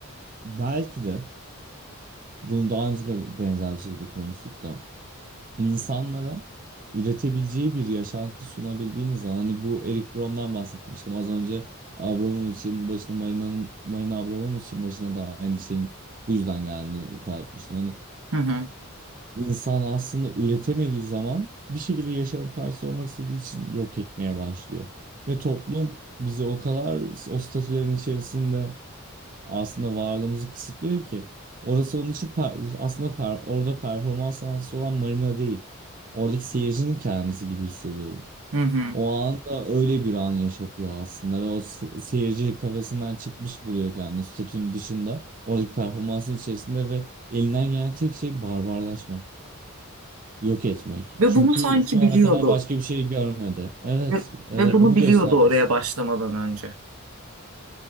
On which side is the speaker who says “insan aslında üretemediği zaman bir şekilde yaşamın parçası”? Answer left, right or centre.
Right